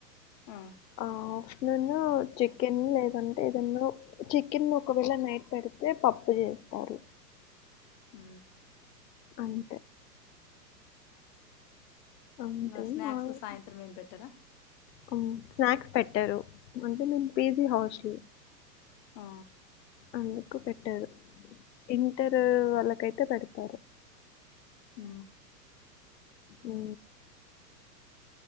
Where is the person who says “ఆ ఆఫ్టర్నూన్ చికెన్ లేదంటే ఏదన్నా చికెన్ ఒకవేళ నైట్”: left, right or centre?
Left